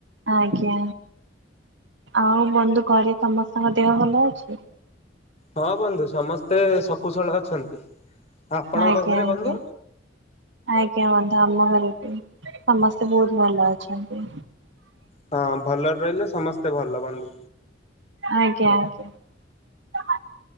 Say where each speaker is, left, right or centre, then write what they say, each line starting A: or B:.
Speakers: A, on the right; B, on the left.
A: ଆଜ୍ଞା ଆଉ ବନ୍ଧୁ ଘରେ ସମସ୍ତଙ୍କ ଦେହ ଭଲ ଅଛି।
B: ହଁ ବନ୍ଧୁ ସମସ୍ତେ ଶକୁଶଳ ଅଛନ୍ତି। ଆପଣଙ୍କ
A: ଆଜ୍ଞ
B: ଘରେ
A: ଆଜ୍ଞା
B: ବନ୍ଧୁ?
A: ଆଜ୍ଞା ବନ୍ଧୁ ଆମ ଘରେ ବି ସମସ୍ତେ ବହୁତ ଭଲ ଅଛନ୍ତି।
B: ହଁ ଭଲରେ ରହିଲେ ସମସ୍ତେ ଭଲ ବନ୍ଧୁ।
A: ଆଜ୍ଞା ଆଜ୍ଞା।